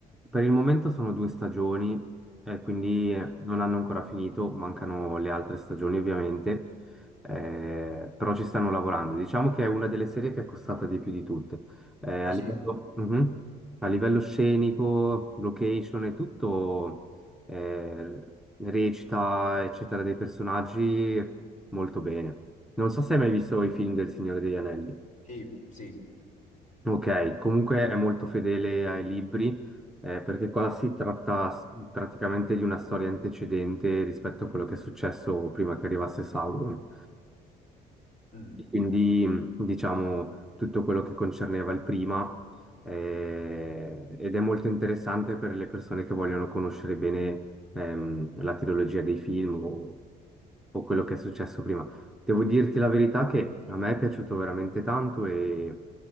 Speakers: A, in the centre; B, on the left.
A: per il momento sono due stagioni, eh, quindi eh, non hanno ancora finito, mancano le altre stagioni ovviamente, eh, però ci stanno lavorando. Diciamo che è una delle serie che è costata di più di tutte. Eh,
B: Ah
A: a
B: sì,
A: livello, Mhm. A livello scenico, location e tutto, eh, recita, eccetera, dei personaggi molto bene. Non so se hai mai visto
B: Mm.
A: i film del Signore degli Anelli.
B: sì, sì.
A: Ok, comunque è molto fedele ai libri, eh, perché qua si tratta s- praticamente di una storia antecedente rispetto a quello che è successo prima che arrivasse Sauron.
B: Mm.
A: E Quindi, mh, diciamo, tutto quello che concerneva il prima, eh, ed è molto interessante per le persone che vogliono conoscere bene, ehm, la trilogia dei film o, o quello che è successo prima. Devo dirti la verità che a me è piaciuto veramente tanto e,